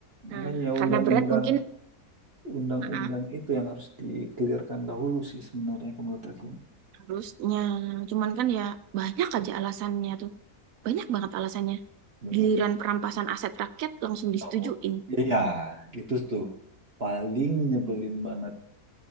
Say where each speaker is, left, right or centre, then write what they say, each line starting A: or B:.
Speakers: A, on the right; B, on the right.
A: Makanya
B: Nah, karena
A: undang-undang
B: berat mungkin
A: undang-undang
B: ah,
A: itu yang harus dikelirkan dahulu sih sebenarnya kalau menurut aku.
B: harusnya, cuman kan ya banyak aja alasannya tuh, banyak banget alasannya.
A: Benar.
B: Giliran perampasan aset rakyat langsung
A: Nggak
B: disetujuin.
A: boleh. Iya, itu tuh paling nyebelin banget.